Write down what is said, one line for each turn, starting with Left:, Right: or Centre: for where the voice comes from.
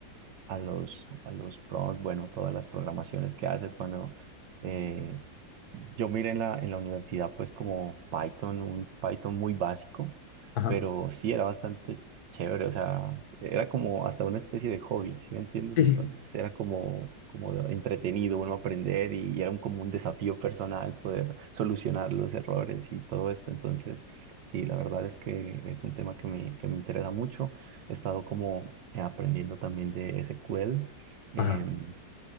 Right: a los, a los prompts, bueno, todas las programaciones que haces cuando eh, yo miré en la, en la universidad pues como Python, un Python muy básico,
Left: Ajá.
Right: pero sí era bastante chévere, o sea, era como hasta una especie de hobby, ¿sí me entiendes?
Left: Sí.
Right: Entonces era como, como de- entretenido uno aprender y, y era un, como un desafío personal poder solucionar los errores y todo esto, entonces sí, la verdad es que es un tema que me, que me interesa mucho, he estado como eh, aprendiendo también de SQL em,
Left: Ajá.